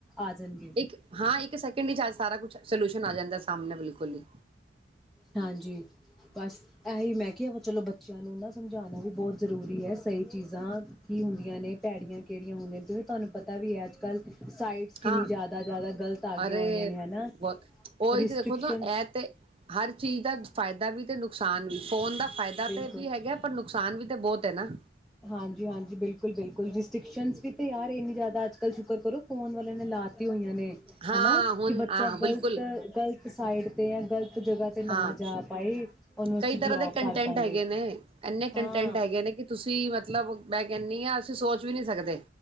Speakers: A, in the centre; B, on the right.
A: ਆ ਜਾਣਗੇ
B: ਇੱਕ ਹਾਂ ਇੱਕ ਸੈਕਿੰਡ ਵਿੱਚਜ ਸਾਰਾ ਕੁਛ ਸੋਲਿਊਸ਼ਨ ਆ ਜਾਂਦਾ ਸਾਹਮਣੇ ਬਿਲਕੁਲ ਹੀ।
A: ਹਾਂਜੀ। ਬਸ ਇ ਹੀ ਮੈਂ ਕਿਹਾ ਵਾ ਚਲੋ ਬੱਚਿਆਂ ਨੂੰ ਨਾ ਸਮਝਾਉਣਾ ਵੀ ਬਹੁਤ ਜ਼ਰੂਰੀ ਹੈ। ਸਹੀ ਚੀਜ਼ਾਂ ਕੀ ਹੁੰਦੀਆਂ ਨੇ ਭੈੜੀਆਂ। ਕਿਹੜੀਆਂ ਹੁੰਦੀਆਂ ਨੇ ਜਿਵੇਂ ਤੁਹਾਨੂੰ ਪਤਾ ਵੀ ਹੈ ਅੱਜ ਕੱਲ੍ਹ- ਸਾਈਟਸ ਕਿੰਨੀ
B: ਹਾਂ
A: ਜ਼ਿਆਦਾ ਜ਼ਿਆਦਾ ਗ਼ਲਤ ਆ ਗਈਆਂ
B: ਅਰੇ
A: ਹੋਈਆਂ ਨੇ ਹਨਾ
B: ਬਹੁਤ ਉਹੀ
A: ਰਿਸਟ੍ਰਿਕਸ਼ਨ
B: ਤੇ ਦੇਖੋ ਤਾਂ ਇਹ ਤੇ ਹਰ ਚੀਜ਼ ਦਾ ਫਾਇਦਾ ਵੀ ਤੇ, ਨੁਕਸਾਨ ਵੀ ਫੋਨ। ਇਏਦਾਂ
A: ਬਿਲਕੁਲ
B: ਤੇ ਵੀ ਹੈਗਾ ਪਰ ਨੁਕਸਾਨ ਵੀ ਤਾਂ ਬਹੁਤ ਹ ਨਾ।
A: ਹਾਂਜੀ, ਹਾਂਜੀ। ਬਿਲਕੁਲ, ਬਿਲਕੁਲ। ਰਿਸਟ੍ਰਿਕਸ਼ਨ ਵੀ ਤੇ ਯਾਰ ਇੰਨੀ ਜ਼ਿਆਦਾ ਅੱਜ ਕੱਲ ਸ਼ੁਕਰ ਕਰੋ ਫੋਨ ਵਾਲਿਆਂ ਨੇ ਲਾ ਤਤੀ ਹੋਈਆਂ ਨੇ।
B: ਹਾਂ
A: ਹਨਾ
B: ਹੁਣ
A: ਕਿ ਬੱਚਾ
B: ਹਾਂ ਬਿਲਕੁਲ
A: ਗਲਤ, ਗ਼ਲਤ ਸਾਈਡ ਤੇ ਜਾਂ ਗਲਤ ਇੱਕ ਜਗ੍ਹਾ ਤੇ ਨਾ
B: ਹਾਂ
A: ਜਾ ਪਾਏ। ਅਸੀਂ
B: ਕਈ ਤਰ੍ਹਾਂ
A: ਬਲੋਕ
B: ਦੇ ਕੰਟੈਂਟ
A: ਕਰ ਦਾਂਗੇ
B: ਹੈਗੇ ਨੇ। ਇੰਨੇ ਕੰਟੈਂਟ
A: ਹਾਂ
B: ਹੈਗੇ ਨੇ ਕਿ ਤੁਸੀਂ ਤੁਸੀਂ ਮਤਲਬ ਮੈਂ ਕਹਿੰਦੀ ਹਾਂ ਅਸੀਂ ਸੋਚ ਵੀ ਨਹੀਂੀ ਸਕਦੇ।